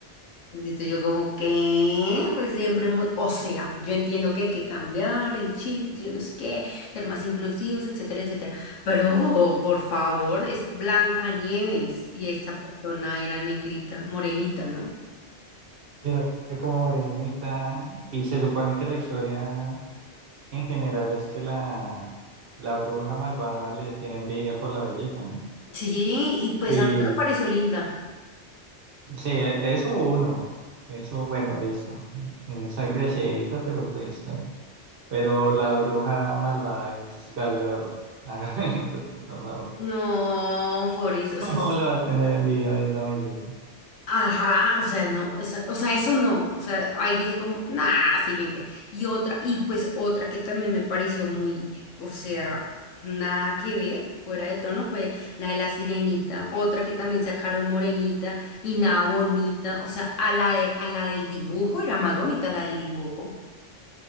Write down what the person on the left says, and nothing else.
Y tú, yo como que, pues siempre hemos, o sea, yo entiendo que hay que cambiar el chip, yo no sé qué, ser más inclusivos, etcétera, etcétera. Pero, por favor, es Blanca Nieves y esta persona era negrita, morenita, ¿no?
Sí, y pues
a mí no me pareció linda.
No, Forrest, o
sea, sí
Ajá, o sea, no, esa- o sea, eso no, o sea, ahí dije como, nah, siguiente. Y otra, y pues otra que también me pareció muy, o sea, nada que ver, fuera de tono, fue la de la sirenita, otra que también sacaron morenita y nada bonita, o sea, a la de, a la del dibujo, era más bonita la del dibujo.